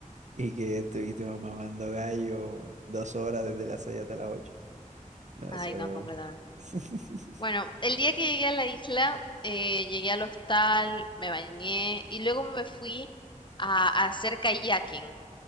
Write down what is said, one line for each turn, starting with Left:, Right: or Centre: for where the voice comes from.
Right: y que estuviste mamando gallo dos horas desde las seis hasta las ocho. No, eso,
Left: Ay, no, completamente.
Right: <laughs>
Left: Bueno, el día que llegué a la isla, eh, llegué al hostal, me bañé y luego me fui a, a hacer kayaking.